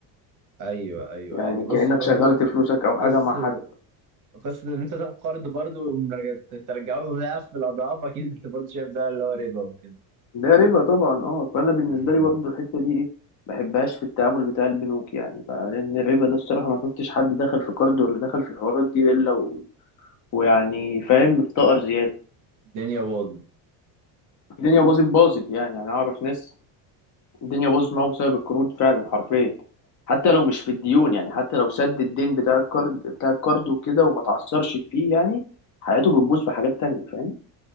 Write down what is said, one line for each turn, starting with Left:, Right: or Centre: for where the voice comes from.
Right: ايوه ايوه
Left: يعني
Right: يعني بص
Left: كأنك
Right: برضو
Left: شغلت فلوسك أو حاجة
Right: قصه
Left: مع حد
Right: قصه ان انت تاخد قرض برضو ومرجع- ترجعه له ضعف الاضعاف اكيد انت برضو شايف ده اللي هو ربا وكده
Left: ده ربا طبعا اه فأنا بالنسبة
Right: امم
Left: لي برضه الحتة دي ايه ما بحبهاش في التعامل بتاع البنوك يعني بقى لأن الربا ده الصراحة ما شفتش حد دخل في كارد ولا دخل في الحوارات دي إلا ويعني فاهم مفتقر زيادة
Right: الدنيا باظت
Left: الدنيا باظت باظت يعني يعني أعرف ناس الدنيا باظت معاهم بسبب القروض فعلا حرفيا حتى لو مش في الديون يعني حتى لو سد الدين بتاع الكارد بتاع الكارد وكده وما تعثرش فيه يعني حياته بتبوظ في حاجات تانية فاهم